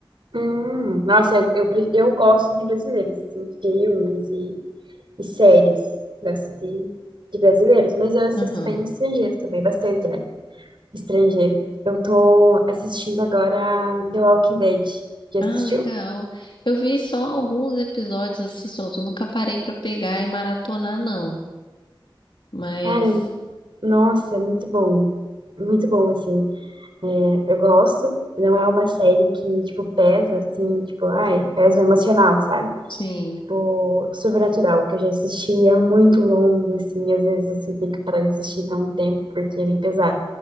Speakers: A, on the right; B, on the left.
A: Hum, nossa, eu, eu, pre- eu gosto de brasileiros, assim, filmes e, e séries. Gosto de, de brasileiros, mas eu assisto
B: Aham.
A: bem estrangeiro também, bastante, né? Estrangeiro. Eu tô assistindo agora The Walking Dead. Já
B: Ah,
A: assistiu?
B: legal. Eu vi só alguns episódios assim soltos, nunca parei pra pegar e maratonar, não. Mas
A: Cara, nossa, é muito bom. Muito bom, assim. Eu gosto. Não é uma série que, tipo, pesa, assim, tipo, ai, pesa o emocional, sabe?
B: Sim,
A: Tipo, Sobrenatural, que eu já assisti, é muito longo, assim, às vezes você tem que parar de assistir dá um tempo, porque é bem pesado.